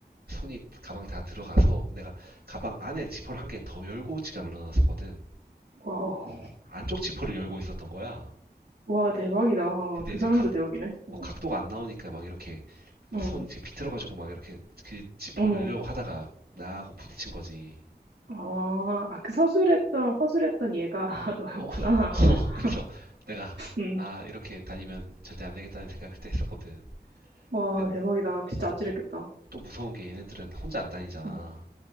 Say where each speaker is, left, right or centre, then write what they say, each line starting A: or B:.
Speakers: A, on the right; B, on the right.
A: 손이 가방에 다 들어가서 내가 가방 안에 지퍼를 한 개 더 열고 지갑을 넣어놨었거든.
B: 와우.
A: 안쪽 지퍼를 열고 있었던 거야.
B: 와, 대박이다.
A: 근데
B: 그
A: 이제
B: 사람도
A: 각,
B: 대박이네. 응,
A: 어, 각도가 안 나오니까 막 이렇게 막
B: 응,
A: 손 이렇게 비틀어가지고 막 이렇게 그 지퍼
B: 어머.
A: 열려고 하다가 나하고 부딪힌 거지.
B: 아, 아, 그 서술했던, 허술했던 얘가 <laughs> 너였구나.
A: 어, <laughs> 어,
B: <laughs>
A: 그래서 내가,
B: 응.
A: 아, 이렇게 다니면 절대 안 되겠다는 생각을 그때 했었거든.
B: 와,
A: 근데
B: 대박이다. 진짜 아찔했겠다.
A: 또 무서운 게 얘네들은 혼자 안 다니잖아.
B: 응.